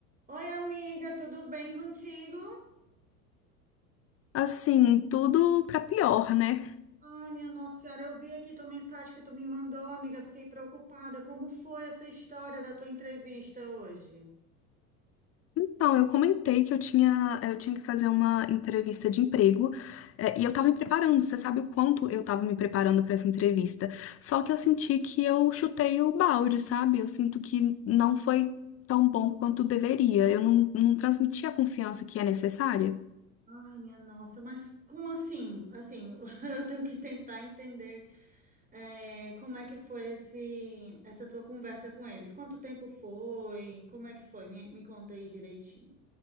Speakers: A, on the right; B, on the left.
A: Oi, amiga, tudo bem contigo?
B: Assim, tudo pra pior, né?
A: Ai, minha Nossa Senhora, eu vi aqui tua mensagem que tu me mandou, amiga, fiquei preocupada. Como foi essa história da tua entrevista hoje?
B: Então, eu comentei que eu tinha, eu tinha que fazer uma entrevista de emprego, é, e eu tava me preparando, você sabe o quanto eu tava me preparando pra essa entrevista. Só que eu senti que eu chutei o balde, sabe? Eu sinto que não foi tão bom quanto deveria. Eu não, não transmiti a confiança que é necessária.
A: Ai, minha nossa, mas como assim? Assim, <laughs> eu tenho que tentar entender é, como é que foi esse, essa tua conversa com eles. Quanto tempo foi? Como é que foi? Me, me conta aí direitinho.